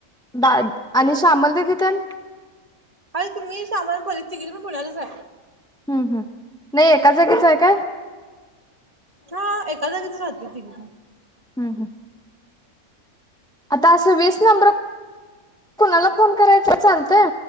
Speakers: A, in the centre; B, on the right.
A: दाय आणि श्यामल दीदी तर
B: आहे की मी शामल परी तिघी पण पुण्यालाच आहे
A: हम्म हम्म नाही एका जागीच आहे काय
B: हा एका जागेच राहते तिघी
A: हम्म हम्म. आता असे वीस नंबर कुणाला फोन करायचा चालतय